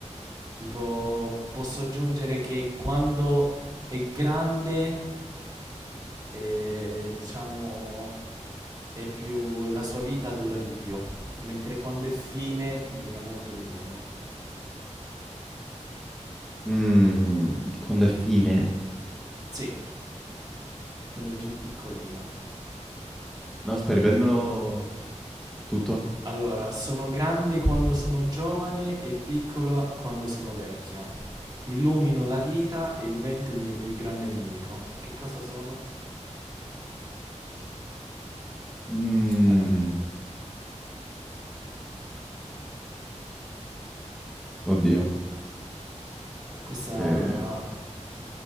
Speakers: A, on the right (about 35°); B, in the centre.
A: Tipo, posso aggiungere che quando è grande, eh, diciamo, è più, la sua vita dura di più, mentre quando è fine dura molto di meno.
B: Mmm, quando è fine?
A: Sì, quando è più piccolina.
B: No, aspetta, ripetimelo tutto.
A: Allora, sono grande quando sono giovane e piccola quando sono vecchia. Illumino la vita e il vento è il mio più grande nemico. Che cosa sono?
B: Mmm,
A: Eh,
B: oddio.
A: questa
B: Eh,
A: è